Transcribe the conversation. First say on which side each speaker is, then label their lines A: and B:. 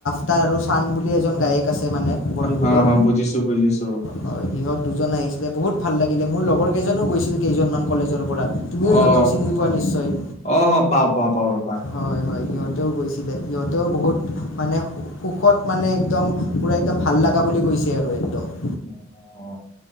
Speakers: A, on the left; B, on the left.
A: ৰাফতাৰ আৰু ছান বুলি এজন গায়ক আছে মানে বলীউডৰ
B: অ হ বুজিছো বুজিছো
A: হয় সিহঁত দুজন আহিছিলে বহুত ভাল লাগিলে মোৰ লগৰ কেইজনো গৈছিল কেইজনমান কলেজৰ পৰা তুমিও সিহঁতক
B: অ
A: চিনি পোৱা নিশ্চয়
B: অ হ পাও পাও পাও ৰবা
A: হয় হয় সিহঁতেও গৈছিলে সিহঁতেও বহুত মানে সুখত মানে একদম পুৰা একদম ভাল লগা বুলি কৈছে আৰু একদম
B: অ